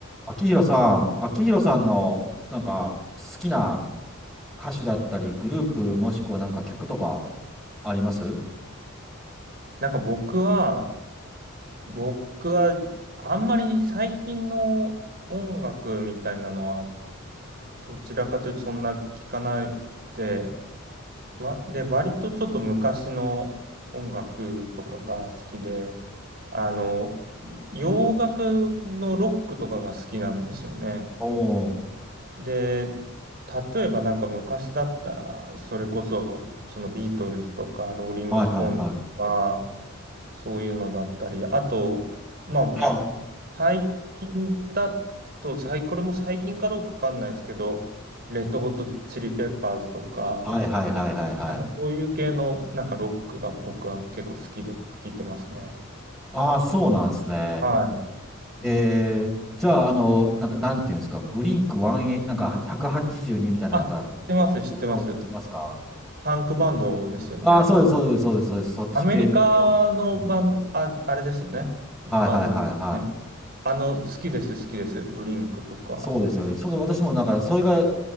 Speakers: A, in the centre; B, on the right.
A: 秋広さん、秋広さんのなんか好きな歌手だったり、グループもしくはなんか曲とかあります
B: なんか僕は、僕はあんまり最近の音楽みたいなのはどちらかというとそんな聞かなくて、わ、で、割とちょっと昔の音楽とかが好きで、あの、洋楽のロックとかが好きなんですよね。
A: おお
B: で、例えばなんか昔だったら、それこそそのビートルズとかローリングストーンズとか、
A: ー、はいはいはい。
B: そういうのだったり、あと、まあ、
A: ま
B: 最近だと、最これも最近かどうかわかんないですけど、レッドホットチリペッパーズとか、
A: あ、はいはいはいはいはい。
B: なんかそういう系のなんかロックが僕は結構好きで聴いてますね。
A: ああ、そうなんですね。
B: はい。
A: へえ。じゃあ、あの、なんか、なんていうんですか、ブリンク1、なんか182みたいな、
B: あ、
A: なんか、こういうのを聞きますか
B: 知ってます、知ってます。パンクバンドですよね。
A: ああー、そうです、そうです、そうです、そうです、そっち系とか。
B: アメリカのバン、
A: うん
B: あ、あれですよね。
A: はいはいはいはい。
B: バンドですね。あの、好きです、好きです。ブリンクとか。
A: そうですよね。その私もなんか、それが、